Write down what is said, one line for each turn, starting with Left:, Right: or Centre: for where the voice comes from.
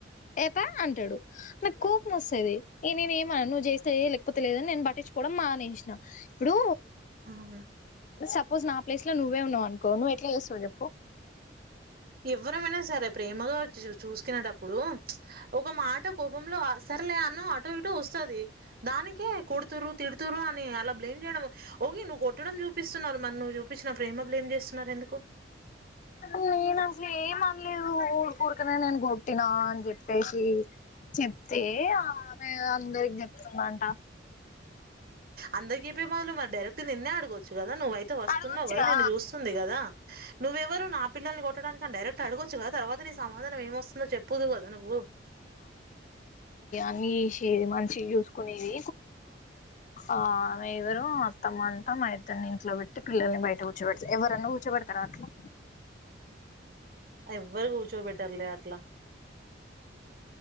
Left: ఏపా అంటాడు నాకు కోపం వస్తేది నేనే ఏమ అనను నువ్వు చేస్తా లేకపోతే లేదని నేను పట్టించు కూడా మానేసిన ఇప్పుడు
Right: అవును.
Left: సపోజ్ నా ప్లేస్ లో నువ్వే ఉన్నావు అనుకో నువ్వు ఎట్లా చేస్తవవు చెప్పు
Right: ఎవ్వరమైనా సరే ప్రేమగా వచ్చ చూ చూసుకునేటప్పుడు ఒక మాట అంట కోపంలో సరలే అన్న అటో ఇటో వస్తుంది దానికీ కొడుతురు తిడుతరు అని అలా బ్లేమ్ చేయడం ఒక నువ్వు కొట్టడం చూపిస్తున్నారు మరి నువ్వు చూపించిన ప్రేమ బ్లేమ్ చేస్తున్నారు ఎందుకు
Left: నేనో అ ఏమ అనలేదు ఊడకఊరకనే నేను కొట్టినా అని చెప్పేసి చెప్తే ఆమె అందరికి చెప్తుందంట
Right: అందరికీప్పే బదులు మరి డైరెక్ట్ నిన్నే అడి చు కదా నువ్వైతే వస్తున్నావు
Left: అడగొచ్చుగా
Right: కదా నేను చూస్తుంది కదా నువ్వెవరు నా పిల్లలని కొట్టడానికి కానీ డైరక్ట్ గా అడొచ్చుదా తర్వాత సమాధానం ఏమొస్తుందో చెప్పుదువు కదా నువ్వు
Left: అ ది మంచి చూసుకునేది ఆమె ఎవరు అత్తమ్మ అంట మా ఇద్దరిని ఇంట్లో పెట్టి పిల్లల్ని బయట కూర్చోపెడతారు ఎవరన్నా కూర్చోబెడతారా అట్లా
Right: ఎవ్వరు కూర్చో పెట్టర్లే అట్లా